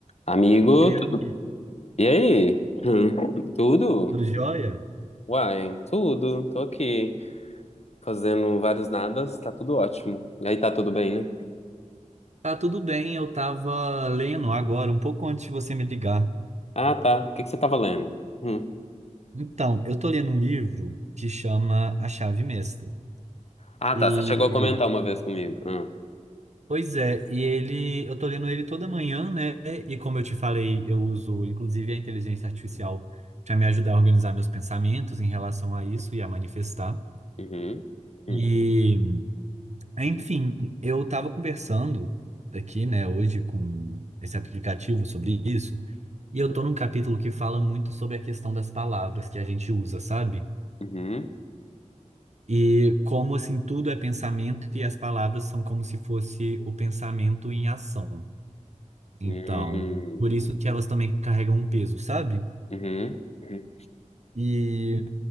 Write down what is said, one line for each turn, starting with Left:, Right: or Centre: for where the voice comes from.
Left: Amigo,
Right: Ei,
Left: tu- e aí? Hum, Tudo?
Right: tudo jóia?
Left: Uai, tudo. Tô aqui fazendo vários nadas, tá tudo ótimo. E aí, tá tudo bem, né?
Right: Tá tudo bem, eu tava lendo agora, um pouco antes de você me ligar.
Left: Ah, tá. O que que você tava lendo? Hum.
Right: Então, eu tô lendo um livro que chama A Chave Mestra.
Left: Ah,
Right: E,
Left: tá. Você chegou a comentar uma vez comigo. Ah.
Right: pois é, e ele, eu tô lendo ele toda manhã, né? E como eu te falei, eu uso inclusive a inteligência artificial para me ajudar a organizar meus pensamentos em relação a isso e a manifestar.
Left: Uhum. Uhum.
Right: E, enfim, eu estava conversando aqui, né, hoje com esse aplicativo sobre isso. E eu tô num capítulo que fala muito sobre a questão das palavras que a gente usa, sabe?
Left: Uhum.
Right: E como assim tudo é pensamento e as palavras são como se fosse o pensamento em ação. Então,
Left: Uhum.
Right: por isso que elas também carregam um peso, sabe?
Left: Uhum. Uhum. hum.
Right: E,